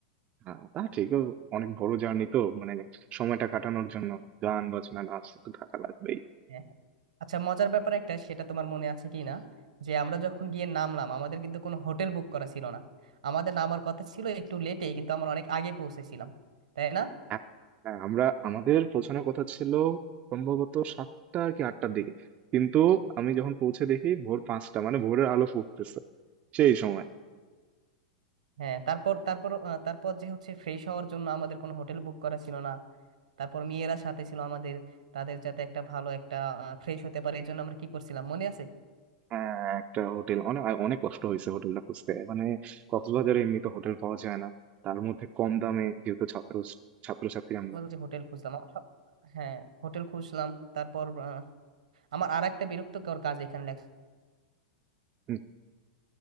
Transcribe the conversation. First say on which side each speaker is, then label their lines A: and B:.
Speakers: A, on the right; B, on the right.
A: হ্যাঁ তা ঠিক ও অনেক বড় জার্নি তো মানে সময়টা কাটানোর জন্য গান বাজনা নাচ তো থাকা লাগবেই
B: হ্যাঁ। আচ্ছা মজার ব্যাপার একটা সেটা তোমার মনে আছে কি না যে আমরা যখন গিয়ে নামলাম আমাদের কিন্তু কোনো হোটেল বুক করা ছিল না আমাদের নামার কথা ছিল একটু লেটে কিন্তু আমরা অনেক আগে পৌঁছেছিলাম তাই না
A: এক- হ্যাঁ আমরা আমাদের পৌঁছানোর কথা ছিল সম্ভবত সাতটা কি আটটার দিকে কিন্তু আমি যখন পৌঁছে দেখি ভোর পাঁচটা মানে ভোরের আলো ফুটতেছে সেই সময়
B: হ্যাঁ তারপর তারপর আহ, তারপর যে হচ্ছে ফ্রেশ হওয়ার জন্য আমাদের কোনো হোটেল বুক করা ছিল না তারপর মেয়েরা সাথে ছিল আমাদের তাদের যাতে একটা ভালো একটা ফ্রেশ হতে পারে এই জন্য আমরা কি করছিলাম মনে আছে
A: হ্যাঁ একটা হোটেল অনেক অনেক কষ্ট হয়েছে হোটেলটা খুঁজতে মানে কক্সবাজারে এমনি তো হোটেল পাওয়া যায় না তার মধ্যে কম দামে যেহেতু ছাত্র ছাত্রছাত্রী আমরা
B: বলতে যে হোটেল খুঁজলাম আমার সব- হ্যাঁ হোটেল খুঁজলাম তারপর আহ, আমার আর একটা বিরক্তকর কাজ এখানে লেখা
A: উম,